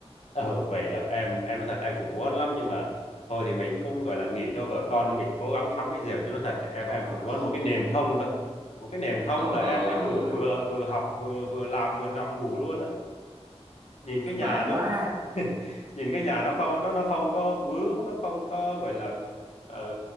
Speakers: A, on the left; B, on the right.
A: ừ vậy đó em em thật em cũng muốn lắm nhưng mà thôi thì mình cũng gọi là nghỉ cho vợ con nên mình cố gắng sắm cái giường cho nó thật chứ em
B: trời
A: em
B: ơi
A: cũng muốn một cái nệm không thôi một cái nệm không
B: trời
A: là
B: ơi
A: em em đủ vừa vừa học vừa vừa làm vừa nằm ngủ luôn á nhìn cái
B: cực
A: nhà
B: đoan
A: nó,
B: quá
A: nó <laughs> nhìn cái nhà nó không nó nó không có vướng nó không có gọi là ờ,